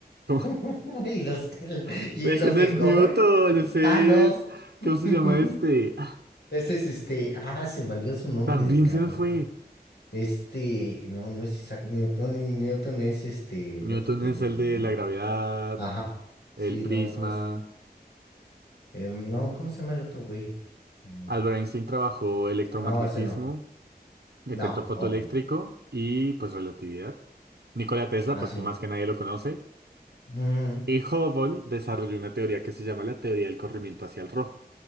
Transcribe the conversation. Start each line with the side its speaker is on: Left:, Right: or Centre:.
Right: ¿Cómo?
Left: <laughs> ¿Y los,
Right: <laughs>
Left: y
Right: Ese
Left: los
Right: no
Left: de
Right: es
Left: cobre?
Right: Newton, ese
Left: Ah, no.
Right: es...
Left: <laughs>
Right: ¿Cómo se llama este? Ah,
Left: Ese es este. Ah, se me olvidó su nombre
Right: también
Left: del cabrón.
Right: se me fue.
Left: Este, no, no es Isaac Newton, ni- Newton es este,
Right: Newton
Left: el otro pendejo,
Right: es el de
Left: ¿no?
Right: la gravedad,
Left: Ajá, sí,
Right: el prisma.
Left: no, no es. eh, no, ¿cómo se llama el otro güey? No,
Right: Albert Einstein trabajó electromagnetismo,
Left: no, ese no.
Right: efecto
Left: No,
Right: fotoeléctrico
Left: obvio.
Right: y pues relatividad. Nikola Tesla,
Left: Ah,
Right: pues
Left: sí.
Right: tú más que nadie lo conoce.
Left: Ujú.
Right: Y Hubble desarrolló una teoría que se llama la teoría del corrimiento hacia el rojo.